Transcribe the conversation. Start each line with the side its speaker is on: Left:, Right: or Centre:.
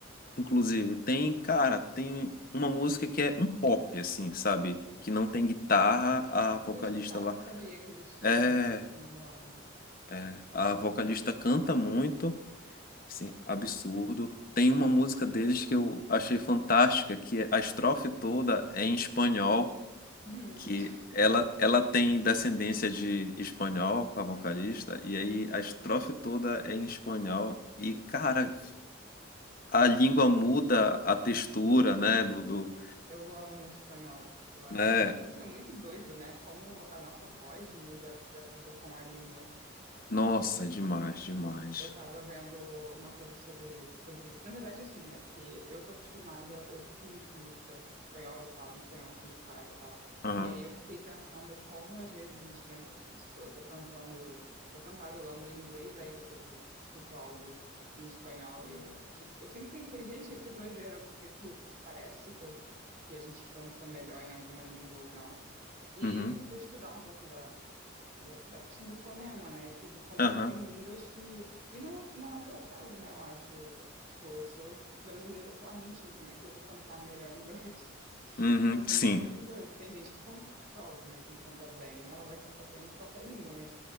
Left: inclusive, tem, cara, tem uma música que é um pop, assim, sabe? Que não tem guitarra, a vocalista
Right: Eu vou escutar,
Left: lá.
Right: eu não sabia que eles tinham
Left: É,
Right: novo álbum.
Left: é, a vocalista canta muito, assim, absurdo. Tem uma música deles que eu achei fantástica, que é- a estrofe toda é em espanhol.
Right: <laughs>
Left: que ela, ela tem descendência de espanhol, a vocalista, e aí a estrofe toda é em espanhol, e cara, a língua muda a textura, né, do, do
Right: Eu amo espanhol. Eu acho
Left: né,
Right: que isso é muito doido, né? Como a nossa voz muda de acordo com a língua.
Left: nossa, é demais, demais.
Right: Eu tava vendo uma coisa sobre, sobre isso. Na verdade, assim, é porque eu tô acostumada, eu escuto muito música espanhol, eu falo espanhol com meu pai e tal.
Left: Aham,
Right: E aí eu fiquei pensando como às vezes a gente tenta, como se for, eu tô cantando, tô cantarolando em inglês, aí depois eu escuto algo em espanhol e eu, fico- eu sempre pensei, gente, que doideira, porque que parece que eu, que a gente canta melhor em alguma língua ou não. E
Left: uhum,
Right: aí é que eu fui estudar um pouco da do- da questão do fonema, né, e tudo, como
Left: aham,
Right: tem línguas que... E não, não é por acaso, né, eu acho. Eu, tipo, eu sou brasileira com argentino, como é que eu vou cantar melhor em inglês? <laughs>
Left: uhum,
Right: Assim,
Left: sim,
Right: é muito doido. Tem gente que, cons- que óbvio, né, quem canta bem, ela vai cantar bem de qualquer língua, mas